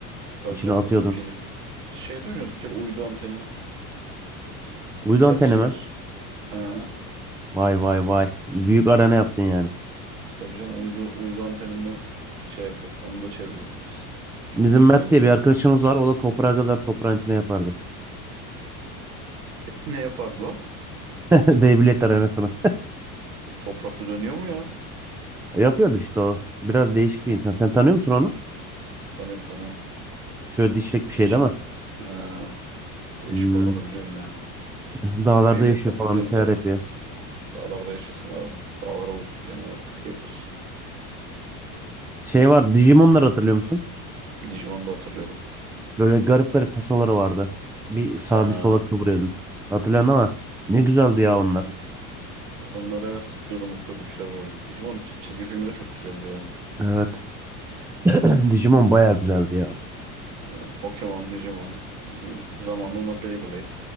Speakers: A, on the right (about 75°); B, in the centre.
A: tabii
B: İçine
A: canım
B: atıyordun.
A: o çok iyiydi. Biz biz şeyde oynuyorduk ya uydu anteni
B: Uydu
A: ters
B: anteni
A: çevir.
B: mi?
A: Ha,
B: Vay vay vay. Büyük arena yaptın yani.
A: tabii canım uydu, uydu anteninden şey yapıyorduk. Onu da çeviriyorduk biz. Çok
B: Bizim
A: zevkli
B: Mert
A: oluyordu.
B: diye bir arkadaşımız var. O da toprağa kazar toprağın içine yapardı.
A: Ne yapardı o?
B: <laughs> Beyblade arenasına.
A: Toprakta dönüyor mu ya?
B: Yapıyordu işte o. Biraz değişik
A: Allah
B: bir insan.
A: Allah.
B: Sen tanıyor musun onu?
A: Tanıyorum tanıyorum.
B: Şöyle dişlik bir
A: Değişik.
B: şey değil mi?
A: Ha, değişik
B: Hmm,
A: olduğunu biliyorum ya.
B: Dağlarda
A: Beyblade'ler
B: yaşıyor falan
A: güzeldi
B: bir şeyler
A: ya.
B: yapıyor.
A: Dağlarda yaşasın abi. Dağlara vursun kendini artık yeter.
B: Şey var Digimon'ları hatırlıyor musun?
A: Digimon'u da hatırlıyorum.
B: Böyle garip garip tasoları vardı. Bir sağa
A: He,
B: bir sola kıvırıyordun. Hatırlıyorsun ama ne güzeldi
A: hatırlıyorum
B: ya onlar.
A: hatırlıyorum. Onlar evet zıplıyordu mutluyordu bir şeyler böyle. Digimon çizgi filmi de çok güzeldi ya.
B: Evet. <clears throat> Digimon bayağı güzeldi ya.
A: Ya, Pokemon, Digimon. Bizim zamanında Beyblade.